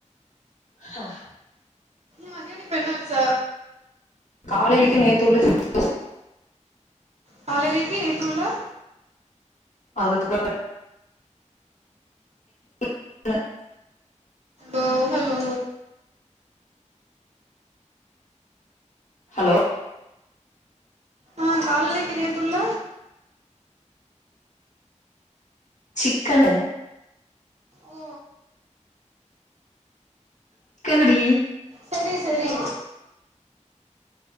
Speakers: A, on the left; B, on the right.
A: ஹஹ்
B: மதியான இப்ப என்ன வெச்ச
A: காலிலேக்கு நேத்துள்ள <unintelligible>
B: காலலேக்கு நேத்துள்ள
A: அதுக்குப்பறோ <unintelligible>
B: ஓ ஹலோ
A: ஹலோ
B: ஆஹ் காலிலேக்கு நேத்துள்ள
A: சிக்கனு
B: ஓ
A: அதுக்கன்னடி
B: செரி செரி